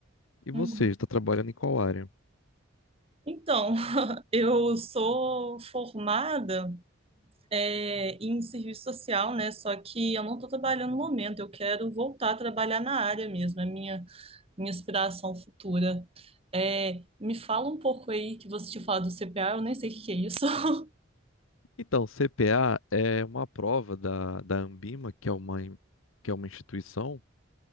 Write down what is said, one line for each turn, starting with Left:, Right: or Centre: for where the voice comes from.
Left: E
Right: Uhum.
Left: você, está trabalhando em qual área?
Right: Então, <laughs> eu sou formada. é, em serviço social, né? Só que eu não estou trabalhando no momento, eu quero voltar a trabalhar na área mesmo, é minha, minha inspiração futura. É, me fala um pouco aí que você tinha falado do CPA, eu nem sei o que que é isso. <laughs>
Left: Então, CPA é uma prova da, da Anbima, que é uma, in- que é uma instituição